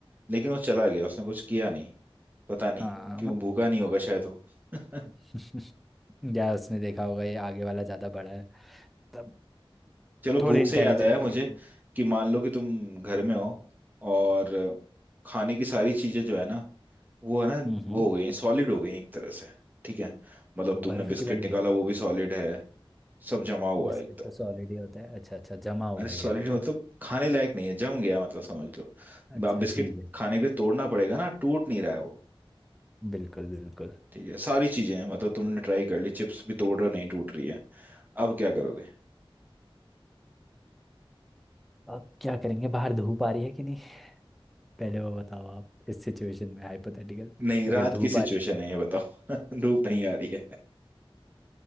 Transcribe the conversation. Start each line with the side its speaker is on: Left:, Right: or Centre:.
Right: लेकिन वो चला गया उसने कुछ किया नहीं पता नहीं
Centre: हाँ
Right: क्यों
Centre: मत
Right: भूखा नहीं होगा शायद वो <laughs>
Centre: <laughs> यार उसने देखा होगा ये आगे वाला ज्यादा बड़ा है तब
Right: चलो भूख
Centre: थोड़े इंटेलिजेंट
Right: से याद आया मुझे
Centre: क्रिएचर
Right: कि मान लो कि तुम घर में हो और खाने की सारी चीजें जो है ना वो है ना
Centre: हम्म हम्म,
Right: वो हो गई हैं सॉलिड हो गई हैं एक तरह से ठीक है मतलब तुमने
Centre: बर्फ
Right: बिस्किट
Centre: की बन
Right: निकाला
Centre: गई
Right: वो भी सॉलिड है सब जमा हुआ
Centre: बिस्किट
Right: है एकदम
Centre: तो सॉलिड ही होता है अच्छा अच्छा जमा हुआ
Right: अरे सॉलिड
Centre: है कह रहे हो
Right: मतलब
Centre: हाँ।
Right: खाने लायक नहीं है जम गया मतलब समझ लो
Centre: अच्छा
Right: अब बिस्किट
Centre: ठीक है
Right: खाने के लिए तोड़ना पड़ेगा ना टूट नहीं रहा है वो
Centre: बिल्कुल बिल्कुल
Right: ठीक है सारी चीजें हैं मतलब तुमने ट्राई कर ली चिप्स भी तोड़ रहे हो नहीं टूट रही है अब क्या करोगे
Centre: अब क्या करेंगे बाहर धूप आ रही है कि नहीं पहले वो बताओ आप इस सिचुएशन में हाइपोथेटिकल
Right: नहीं
Centre: अगर
Right: रात
Centre: धूप
Right: की सिचुएशन
Centre: आ रही है
Right: है
Centre: तो
Right: ये बताओ <laughs> धूप नहीं आ रही है